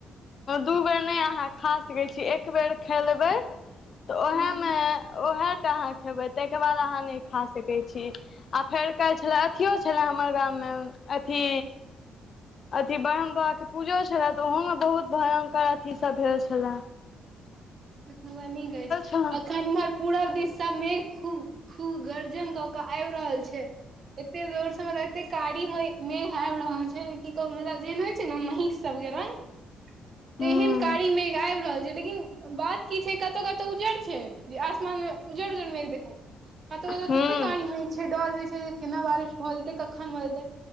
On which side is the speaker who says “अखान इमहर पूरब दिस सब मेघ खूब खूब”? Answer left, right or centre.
Right